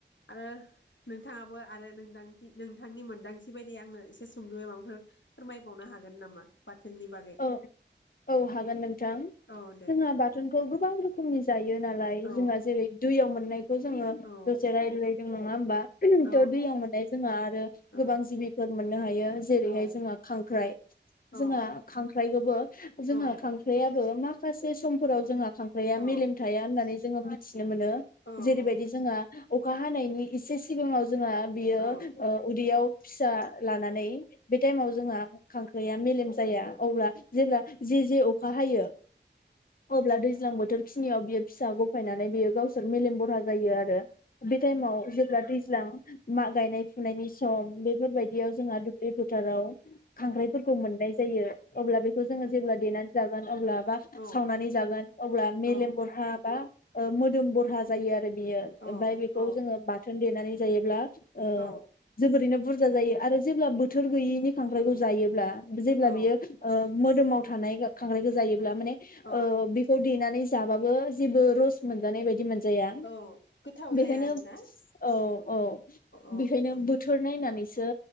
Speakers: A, on the left; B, on the left.
A: आरो नोंथाङाबो आरो नोंदांथि नोंथांनि मोनदांथि बिबायदि आंनो एसे सुंद'यै माबाफोर फोरमाय बुंबावनो हागोन नामा? बाथोननि बागै
B: औ औ हागोन नोंथां
A: औ दे
B: जोंहा बा थोनखौ गोबां रोखोमनि जायो। नालाय
A: औ
B: जोंहा जेरै दैयाव मोननाय जोङो
A: औ
B: दसे रायलाय जों नङा होमबा। थ
A: औ
B: दैयाव मोननाय जोंहा आरो
A: ओ
B: गोबां जिबिफोर मोननो हायो जेरैहाय
A: औ
B: जोंहा खांख्राइ
A: औ
B: जोंहा। खांख्राइखौबो जोङो
A: औ
B: खांख्राइआबो मा माखासे समफोराव जोंहा खांख्राया
A: औ
B: मेलेम थाया होननानै जोङो मिथि नो मोनो
A: औ
B: जेरैबायदि
A: औ
B: जोंहा अखा हानायनि एसे सिगाङाव जोंहा बियो
A: औ
B: उदैयाव फिसा लानानै बे टाइमाव जोंहा खांख्राइया मेलेम जाया। अब्ला जेब्ला जे जे अखा हायो अब्ला दैज्लां बोथोर खिनियाव बियो फिसा गफायनानै बियो गावसोर मेलेम बरहा जायो आरो बे टाइमाव जेब्ला दै दैज्लां मा गायनाय फुनायनि सम बेफोरबायदियाव जोंहा दुब्लि फोथाराव खांख्राइफोरखौ मोननाय जायो। अब्ला बेखौ जोङो जेब्ला देनानै जागोन अब्ला
A: औ
B: सावनानै जागोन अब्ला मेलेम
A: औ
B: बरहा बा मोदोम बरहा जायो आरो बियो
A: औ
B: ओमफ्राय बेखौ
A: औ
B: जोङो बाथ बाथोन देनानै जायोब्ला ओ
A: औ
B: जोबोरैनो बुरज बुरजा जायो आरो जेब्ला बोथोर गैयि नि खांख्राइखौ
A: उम
B: जायोब्ला जेब्ला
A: औ
B: बियो ओ मोदोमाव थानाय खांख्रायखौ जायोब्ला माने
A: औ
B: ओ बेखौ देनानै जाबाबो जेबो रस मोनजानाय बायदि मोन जाया
A: औ गोथाव
B: बेखायनो
A: जाया आरोना
B: औ औ
A: औ
B: बेखायनो
A: औ
B: बोथोर नायनानैसो